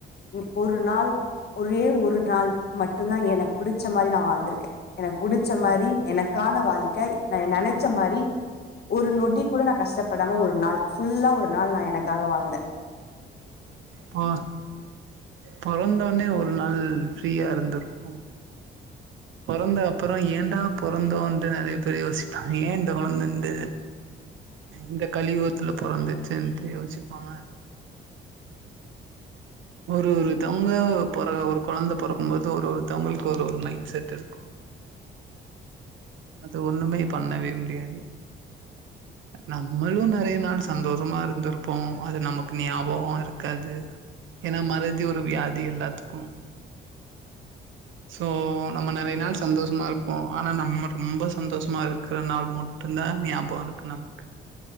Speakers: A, on the left (about 55°); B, on the right (about 75°).
A: உ ஒரு நாள் ஒரே ஒரு நாள் மட்டும் தா எனக்கு புடிச்ச மாரி நா வாழ்ந்திருக்கேன் எனக்கு புடிச்ச மாரி எனக்கான வாழ்க்கை நா நெனைச்ச புடிச்ச மாரி ஒரு நொடி கூட நா கஷ்டப்படாம ஒரு நாள் ஃபுல்லா ஒரு நாள் நா எனக்காக வாழ்ந்தேன்
B: போ பெறந்தோனே ஒரு நாள் ஃப்ரீயா இருந்திருக்கும் பொறந்த அப்றோ ஏண்டா பொறந்தோட்டு நெறைய பேர் யோசிப்பாங்க ஏன் இந்த கொழுந்த இந்த இந்த கலியுகத்துல பிறந்துச்சின்ட்டு யோசிப்பாங்க ஒரு ஒருத்தவங்க பொற ஒரு கொழந்தை பொறக்கும்போது ஒரு ஒருத்தவங்களுக்கு ஒரு ஒரு மைண்ட் செட் இருக்கும் அது ஒண்ணுமே பண்ணவே முடியாது நம்மளும் நெறைய நாள் சந்தோஷமா இருந்திருப்போம் அது நமக்கு ஞாபகமா இருக்காது ஏன்னா மறதி ஒரு வியாதி எல்லாத்துக்கும் சோ நம்ம நெறைய நாள் சந்தோஷமா இருப்போம் ஆனா நம்ம ரொம்ப சந்தோஷமா இருக்கிற நாள் மட்டும் தா ஞாபகம் இருக்கு நமக்கு